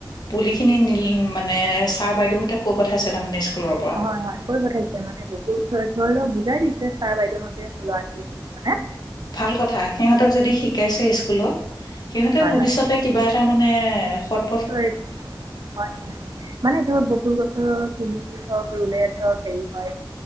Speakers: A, on the left; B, on the right.
A: পুলি খিনি নিল মানে ছাৰ বাইদেউ হ'তে কৈ পঠাইছে তাৰমানে স্কুলৰ পৰা
B: হয় হয় কৈ পঠাইছে মানে <unintelligible> চাৰ বাইদেউ হেতে <unintelligible>
A: ভাল কথা, সিহঁতক যদি শিকাইছে স্কুলত সিহঁতেও
B: হয়
A: ভৱিষ্যতে কিবা এটা মানে সত
B: হয় হয় মানে ধৰক বকুল গছৰ পুলি <unintelligible> হক ৰুলে ধৰক সেৰি হয়